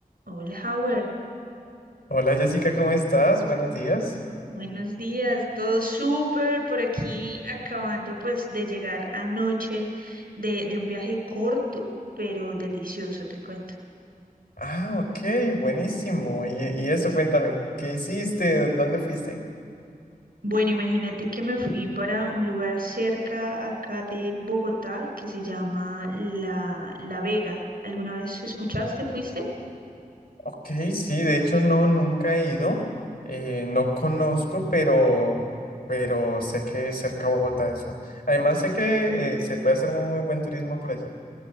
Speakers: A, on the right; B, on the left.
A: Hola, Howard.
B: Hola Jessica, ¿cómo estás? Buenos días.
A: Buenos días. Todo súper por aquí, acabando pues de llegar anoche de, de un viaje corto, pero delicioso, te cuento.
B: Ah, ok, buenísimo. Y, y eso, cuéntame, ¿qué hiciste? ¿Dónde fuiste?
A: Bueno, imagínate que me fui para un lugar cerca acá de Bogotá que se llama La, La Vega. ¿Alguna vez escuchaste, fuiste?
B: Ok, sí, de hecho no, nunca he ido. Eh, no conozco, pero, pero sé que es cerca a Bogotá eso. Además sé que eh, se puede hacer muy buen turismo por allí.